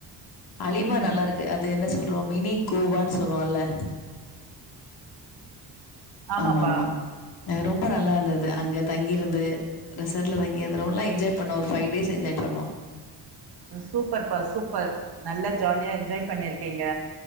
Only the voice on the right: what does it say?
ம்
ஆமாப்பா
சூப்பர் பா சூப்பர் நல்லா ஜாலியா என்ஜாய் பண்ணிருக்கீங்க